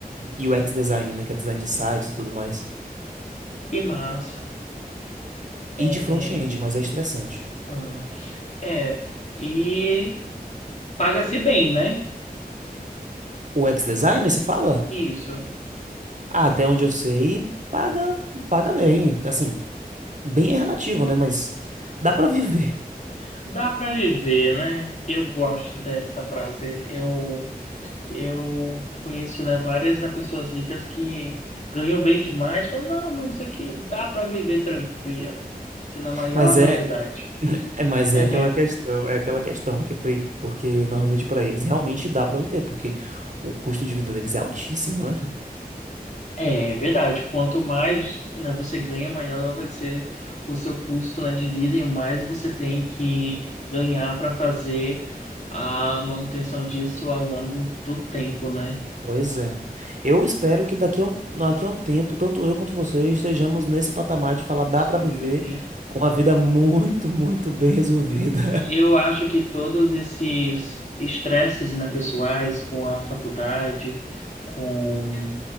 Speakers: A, on the right; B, on the left.
A: UX design, né? Que é design de sites e tudo mais.
B: Que massa.
A: E
B: É,
A: de front-end, mas é estressante.
B: ah, é, e paga-se bem, né?
A: O UX design, você fala?
B: Isso.
A: Ah, até onde eu sei, paga, paga bem. Assim, bem é relativo, né? Mas dá pra viver.
B: Dá para viver, né? Eu gosto dessa frase. Eu eu conheço, né, várias, né, pessoas ricas que ganham bem demais, falam, não, mas isso aqui dá para viver tranquilo. Se na
A: <laughs>
B: maior,
A: Mas
B: né,
A: é,
B: humildade.
A: é, mas
B: <laughs>
A: é aquela questão, é aquela questão, porque, pe- porque normalmente pra eles realmente dá pra viver, porque o custo de vida deles é altíssimo, né?
B: É verdade, quanto mais, né, você ganha, maior vai ser o seu custo, né, de vida e mais você tem que ganhar para fazer a manutenção disso ao longo do tempo, né?
A: Pois é. Eu espero que daqui a um, daqui a um tempo, tanto eu quanto você, estejamos nesse patamar de falar dá
B: Sim.
A: pra viver com a vida muito, muito bem resolvida. <laughs>
B: Eu acho que todos esses estresses, né, pessoais com a faculdade, com